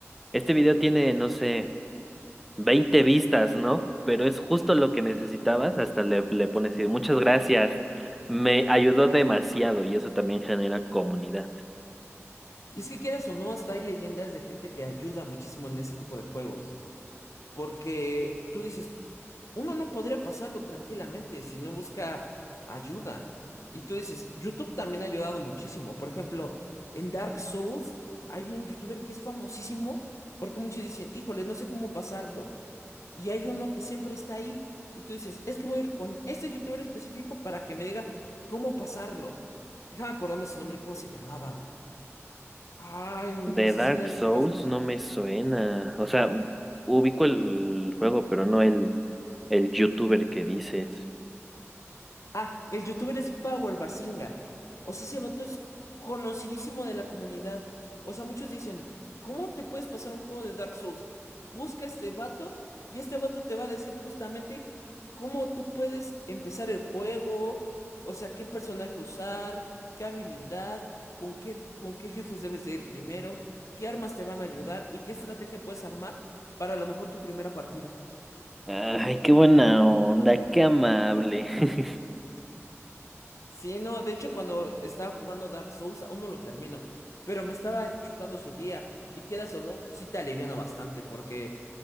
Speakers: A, in the centre; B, on the left (about 90°).
A: este video tiene, no sé, 20 vistas, ¿no? Pero es justo lo que necesitabas, hasta le, le pones, así, muchas gracias, me ayudó demasiado y eso también genera comunidad.
B: Y es que quieras o no, hasta hay leyendas de gente que ayuda muchísimo en ese tipo de juegos. Porque tú dices, uno no podría pasarlo tranquilamente si no busca ayuda. Y tú dices, YouTube también ha ayudado muchísimo. Por ejemplo, en Dark Souls hay un youtuber que es famosísimo porque muchos dicen, híjole, no sé cómo pasarlo. Y hay uno que siempre está ahí y tú dices, es que voy a ir con este youtuber específico para que me diga cómo pasarlo. Déjame acordarme su nombre, cómo se llamaba. Ay,
A: De
B: no sé
A: Dark
B: si lo has
A: Souls
B: llegado a escuchar.
A: no me suena. O sea, ubico el juego, pero no el, el youtuber que dices.
B: Ah, el youtuber es Power Basinga. O sea, ese vato es conocidísimo de la comunidad. O sea, muchos dicen, ¿cómo te puedes pasar un juego de Dark Souls? Busca a este vato y este vato te va a decir justamente cómo tú puedes empezar el juego, o sea, qué personaje usar, qué habilidad, con qué, con qué jefes debes de ir primero, qué armas te van a ayudar y qué estrategia puedes armar para a lo mejor tu primera partida.
A: Ay, qué buena onda, qué amable. <laughs>
B: Sí, no, de hecho cuando estaba jugando Dark Souls aún no lo termino, pero me estaba chutando su guía y quieras o no, sí te aliviana bastante porque